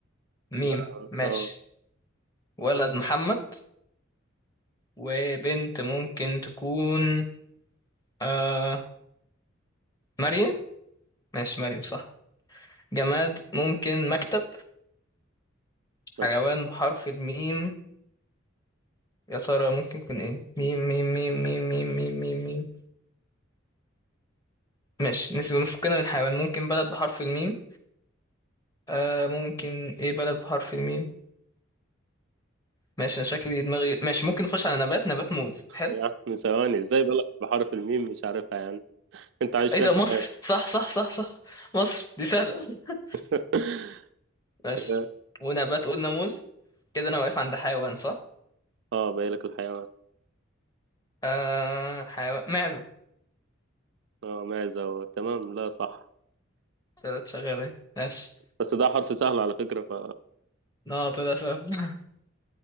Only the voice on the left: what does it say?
ميم
ماشي
ولد محمد وبنت ممكن تكون آه مريم ماشي مريم صح جماد ممكن مكتب حيوان
بحرف الميم يا ترى ممكن يكون ايه ميم ميم ميم ميم ميم ميم ميم ميم ماشي نسيب نفكنا من حيوان ممكن بلد بحرف الميم آه ممكن ايه بلد بحرف الميم ماشي انا شكلي دماغي ماشي ممكن نخش على نبات نبات موز حلو
ايه
ده
مصر صح صح صح صح مصر دي سهلة <laughs>
ماشي
ونبات قلنا موز كده انا واقف عند حيوان صح
آه حيوان معزة
طلعت شغالة اهي. ماشي
لا طلع سهل <laughs>